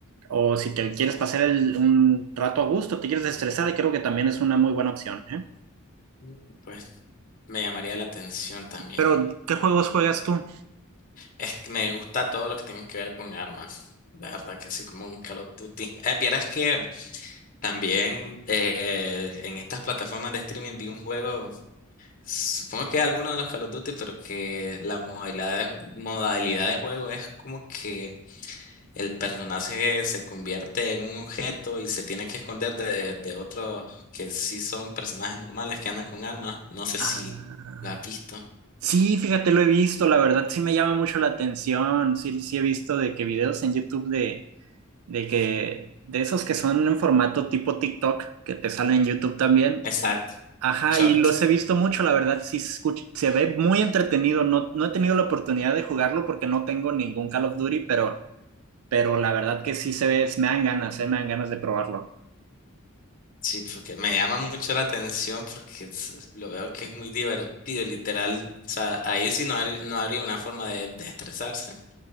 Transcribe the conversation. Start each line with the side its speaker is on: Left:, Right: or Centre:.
Right: O si te quieres pasar el- un rato a gusto, te quieres estresar, creo que también es una muy buena opción, ¿eh?
Left: Mm, Pues me llamaría la atención también.
Right: Pero, ¿qué juegos juegas tú?
Left: Es que me gusta todo lo que tenga que ver con armas. La verdad que sí, como un Call of Duty. Eh, vieras que También eh, en estas plataformas de streaming vi un juego, supongo que alguno de los Call of Duty, pero que la modalidad de, modalidad de juego es como que el personaje se convierte en un objeto y se tiene que esconder de, de otros que sí son personajes normales que andan con armas. No sé
Right: Ah.
Left: si lo has visto.
Right: Sí, fíjate, lo he visto, la verdad sí me llama mucho la atención. Sí, sí he visto de que videos en YouTube de, de que, de esos que son en formato tipo TikTok, que te salen en YouTube también.
Left: Exacto,
Right: Ajá,
Left: short.
Right: y los he visto mucho, la verdad sí se escucha- se ve muy entretenido. No, no he tenido la oportunidad de jugarlo porque no tengo ningún Call of Duty, pero, pero la verdad que sí se ve, me dan ganas, eh, me dan ganas de probarlo.
Left: Sí, porque me llama mucho la atención porque es- lo veo que es muy divertido, literal. O sea, ahí sí no, har- no habría una forma de, de estresarse.